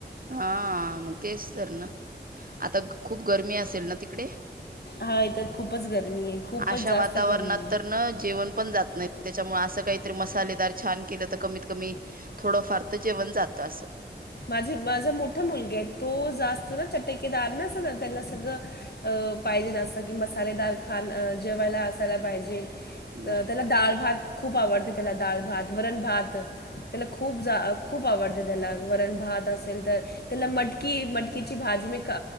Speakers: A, on the right; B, on the left.
A: हा मग तेच तर ना, आता खूप गरमी असेल ना तिकडे?
B: हा इथं खूपच गरमी आहे खूपच
A: अशा
B: जास्त
A: वातावरणात
B: गरमी आहे
A: तर ना जेवण पण जात नाही. त्याच्यामुळे असं काहीतरी मसाले दार छान केलं तर कमीत कमी, थोडं फार तर जेवण जातं असं
B: माझे माझा मोठा मुलगाय तो, जास्त ना चटकेदार ना अस ना त्याला सगळं अ पाहिजे नास्तं की मसालेदार खाण् जेवायला असायला पाहिजे.
A: बरं
B: त्याला
A: बरं
B: दाळभात खूप आवड त्याला दालभात, वरणभात, त्याला खूप जा खूप आवडते त्याला. वरण भात असेल तर, त्याला मटकी मटकीची भाजी मी का